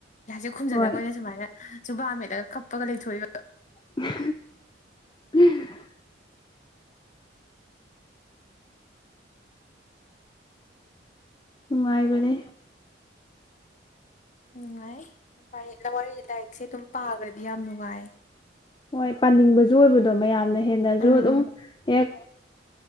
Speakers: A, on the left; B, on the left.
A: ꯂꯥꯏꯔꯤꯛꯁ‌ꯦ ꯈꯨꯝꯖꯤꯜꯂꯒ
B: ꯍꯣꯏ
A: ꯑꯣꯏꯅ ꯁꯨꯃꯥꯏꯅ ꯆꯨꯨꯕꯥ ꯃꯦꯠꯂꯒ ꯀꯞꯄꯒ ꯂꯩꯊꯣꯛꯏꯕ
B: <unintelligible> ꯅꯨꯡꯉꯥꯏꯕꯅꯦ
A: ꯅꯨꯡꯉꯥꯏ ꯐꯔꯦ ꯂꯋꯥꯏ ꯂꯥꯏꯔꯤꯛꯁꯦ ꯑꯗꯨꯝ ꯄꯥꯈ꯭ꯔꯗꯤ ꯌꯥꯝ ꯅꯨꯡꯉꯥꯏ
B: ꯍꯣꯏ ꯄꯥꯅꯤꯡꯕꯁꯨ ꯑꯣꯏꯕꯗꯣ ꯃꯌꯥꯝꯅ ꯍꯦꯟꯅꯁꯨ
A: ꯎꯝ
B: ꯑꯗꯨꯝ ꯍꯦꯛ